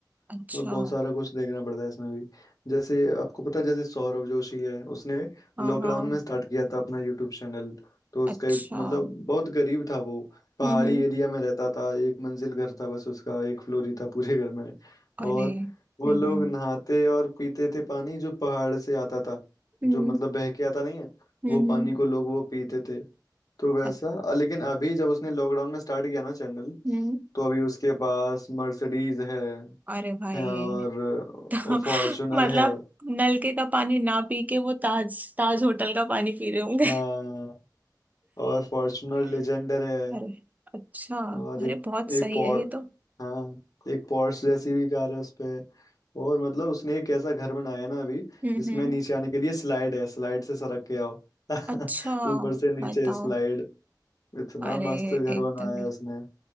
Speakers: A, on the right; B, on the left.
A: अच्छा
B: मतलब बहुत सारा कुछ देखना पड़ता है इसमें भी जैसे आपको पता है जैसे सौरभ जोशी है उसने
A: हाँ
B: लॉकडाउन
A: हाँ
B: में स्टार्ट किया था अपना यूट्यूब चैनल तो उसका
A: अच्छा हम्म
B: मतलब बहुत गरीब था वो पहाड़ी
A: हम्म
B: एरिया में रहता था एक मंजिल घर था बस उसका एक फ्लोर ही था पूरे घर में और
A: अरे हम्म
B: वो लोग
A: हम्म
B: नहाते और पीते थे पानी जो पहाड़ से आता था
A: हम्म
B: जो मतलब बह के आता नहीं है
A: हम्म
B: वो पानी
A: हम्म
B: को लोग वो पीते थे तो वैसा
A: अ-
B: अ, लेकिन अभी जब उसने लॉकडाउन में स्टार्ट किया ना चैनल
A: हम्म।
B: तो अभी उसके पास मर्सिडीज है
A: अरे भाई
B: हैं और,
A: <laughs>
B: और फॉर्चुनर
A: मतलब
B: है
A: नलके का पानी ना पी के वो ताज ताज होटल का पानी पी रहे होंगे
B: हाँ और फॉर्चुनर
A: <laughs>
B: लेजेंडर है
A: अरे अच्छा
B: और
A: अरे
B: एक
A: बहुत सही
B: एक पॉर
A: है ये तो
B: हाँ एक पॉर्श जैसी भी कार है उसपे और मतलब उसने एक ऐसा घर बनाया है ना अभी
A: हम्म
B: जिसमें
A: हम्म
B: नीचे आने के लिए स्लाइड है स्लाइड से सरक के आओ <laughs>
A: अच्छा
B: ऊपर से नीचे
A: बताओ
B: स्लाइड इतना
A: अरे
B: मस्त घर
A: एकदम
B: बनाया
A: ही।
B: है उसने